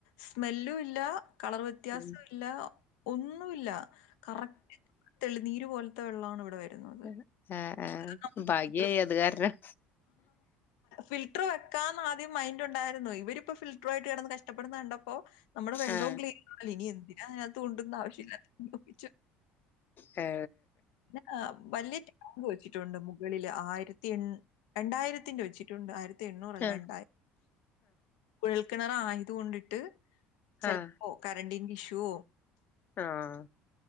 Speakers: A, on the left; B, on the left.
A: സ്മെല്ലും ഇല്ല കളർ വ്യത്യാസവും
B: ഉം
A: ഇല്ല ഒന്നുല്ല കറക്റ്റ് തെളിനീര് പോലെ ത്തെ വെള്ള ഇവിടെ വരുന്നത്.
B: ആഹ ആഹ
A: അത് നമ്മള്
B: ഭാഗ്യായി
A: ഫിൽറ്റർ
B: അത് കാരണം
A: ഫിൽട്ടർ വെക്കാന്ന ആദ്യം മൈൻറ് ഉണ്ടായിരുന്നു ഇവരിപ്പോ ഫിൽട്ടർ ആയിട്ട് കിടന്ന് കഷ്ടപ്പെടുന്നത് കണ്ടപ്പോ നമ്മുടെ വെള്ളവും
B: ആഹ്
A: ക്ലീൻല്ല ഇനി എന്തിന അതിനകത്ത് കൊണ്ടന്ന് ആവശ്യമില്ലപ്പി
B: ഏ
A: പിന്ന വലിയ ടാങ്ക് വെച്ചിട്ടുണ്ട് മുകളില് ആയിരത്തി രണ്ടായിരത്തിന്റെ വെച്ചിട്ടുണ്ട് ആയിരത്തി എണ്ണൂറ അല്ല
B: ആഹ്
A: ഉണ്ടായി കുഴൽക്കിണറായത് കൊണ്ടിട്ട് ചിലപ്പോ
B: ആഹ് ആഹ്
A: കരണ്ടിന്റെ ഷു
B: ആഹ